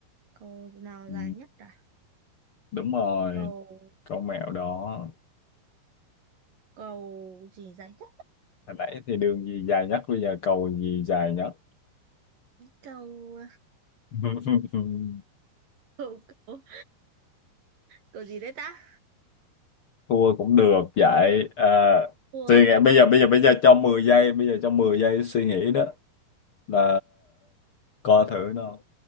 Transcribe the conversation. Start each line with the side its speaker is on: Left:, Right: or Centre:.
Right: Cầu nào
Left: Ừ,
Right: dài nhất à?
Left: đúng rồi,
Right: Cầu
Left: câu mẹo đó.
Right: cầu gì dài nhất?
Left: Hồi nãy thì đường gì dài nhất, bây giờ cầu gì dài nhất?
Right: Câu
Left: <laughs>
Right: câu câu, câu gì đấy ta?
Left: thua cũng được vậy à,
Right: Cua.
Left: suy nghĩ bây
Right: à?
Left: giờ
Right: Ok.
Left: bây giờ bây giờ cho mười giây bây giờ cho 10 giây suy nghĩ đó là coi thử nó